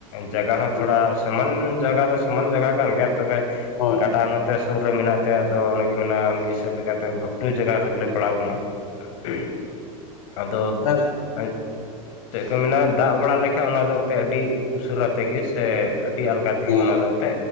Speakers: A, on the left (about 65°); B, on the left (about 85°).
A: ᱡᱟᱭᱜᱟ ᱦᱚᱸ
B: ᱦᱩᱸ,
A: ᱛᱷᱚᱲᱟ ᱥᱚᱢᱟᱱ ᱡᱟᱜᱟ ᱫᱚ ᱥᱚᱢᱟᱱ ᱡᱟᱜᱟ ᱠᱟᱱ ᱜᱮᱭᱟ ᱛᱚᱵᱮ
B: ᱦᱳᱭ,
A: ᱜᱟᱰᱟ ᱱᱚ ᱛᱮ ᱥᱩᱨ ᱨᱮ ᱢᱮᱱᱟᱜ ᱛᱮ ᱟᱫᱚ ᱚᱱᱮ ᱠᱚ ᱢᱮᱱᱟ ᱢᱤᱫ ᱦᱤᱥᱟᱹᱵ ᱞᱮᱠᱟᱛᱮ ᱜᱷᱩᱴᱩ ᱡᱟᱜᱟᱦ ᱨᱮᱜᱤ ᱞᱮ ᱯᱟᱲᱟᱣ ᱟᱠᱟᱱᱟ᱾ <unintelligible>
B: ᱦᱩᱸ,
A: ᱟᱫᱚ
B: ᱛᱟᱦᱚᱞᱮ
A: <inaudible> ᱪᱮᱜ ᱠᱚ ᱢᱮᱱᱟ ᱫᱟᱜ ᱵᱟᱲᱟ ᱞᱮᱠᱷᱟᱡ ᱚᱱᱟ ᱫᱚ ᱮᱛᱮ ᱟᱹᱰᱤ ᱩᱥᱟᱹᱨᱟ ᱛᱮᱜᱮ ᱥᱮ ᱟᱹᱰᱤ ᱟᱞᱜᱟ ᱛᱮᱜᱮ
B: ᱦᱮᱸ,
A: ᱚᱱᱟ ᱫᱚ ᱛᱮ